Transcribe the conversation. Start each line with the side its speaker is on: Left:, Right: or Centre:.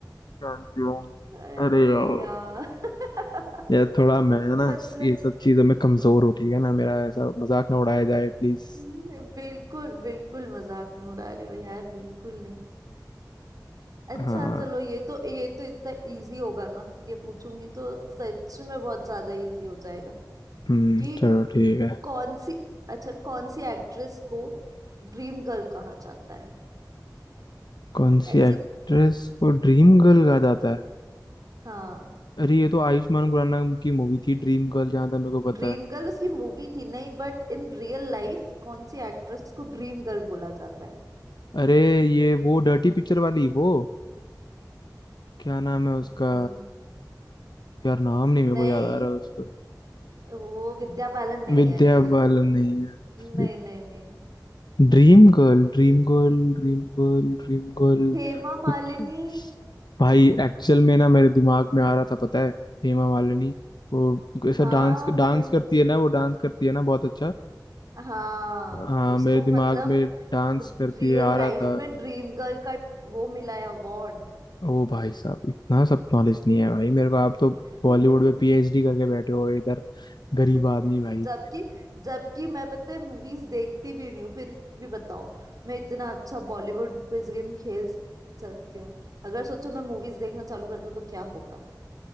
Left: Champion.
Right: अरे
Left: अरे यार
Right: यार <laughs>
Left: यार थोड़ा मैं ना
Right: मतलब
Left: ये सब चीजों में कमजोर हूँ ठीक है ना मेरा ऐसा मजाक ना उड़ाया जाए प्लीज
Right: हम्म, बिल्कुल बिल्कुल मजाक नहीं उड़ा रही हो यार बिल्कुल नहीं अच्छा
Left: हाँ
Right: चलो ये तो ये तो इतना इजी होगा ना ये पूछूंगी तो सच में बहुत ज्यादा इजी हो जाएगा
Left: हम्म
Right: कि
Left: चलो ठीक है
Right: कौन सी अच्छा कौन सी एक्ट्रेस को ड्रीम गर्ल कहा जाता है
Left: कौन सी
Right: ऐसी
Left: एक्ट्रेस को ड्रीम गर्ल कहा जाता है
Right: हाँ
Left: अरे ये तो आयुष्मान खुराना की मूवी थी ड्रीम गर्ल जहाँ तक मेरे को पता
Right: ड्रीम
Left: है
Right: गर्ल उसकी मूवी थी नहीं बट इन रियल लाइफ कौन सी एक्ट्रेस को ड्रीम गर्ल बोला जाता है
Left: अरे ये वो डर्टी पिक्चर वाली वो क्या नाम है उसका
Right: द-
Left: यार नाम नहीं मेरे
Right: नहीं
Left: को याद आ रहा है उसका
Right: वो विद्या बालन नहीं
Left: विद्या
Right: है
Left: बालन नहीं है
Right: नहीं नहीं नहीं
Left: Dream girl dream girl dream girl dream girl
Right: हेमा
Left: कुछ
Right: मालिनी
Left: भाई एक्चुअल में ना मेरे दिमाग में आ रहा था पता है हेमा मालिनी वो ऐसा
Right: हाँ
Left: डांस डांस
Right: वही
Left: करती है ना वो डांस करती है ना बहुत अच्छा
Right: हाँ
Left: हाँ
Right: उसको
Left: मेरे दिमाग
Right: मतलब
Left: में डांस
Right: रियल
Left: करती है आ
Right: लाइफ
Left: रहा था
Right: में ड्रीम गर्ल का वो मिला है अवार्ड
Left: ओ भाई साहब इतना सब नॉलेज नहीं है भाई मेरे को आप तो
Right: <laughs>
Left: बॉलीवुड में पीएचडी करके बैठे हो इधर गरीब
Right: <laughs>
Left: आदमी भाई
Right: जबकि जबकि मैं पता है मूवीज देखती भी नहीं हूँ फिर भी बताओ मैं इतना अच्छा बॉलीवुड क्विज गेम खेल सकती हूँ अगर सोचो मैं मूवीज देखना चालू कर दूँ तो क्या होगा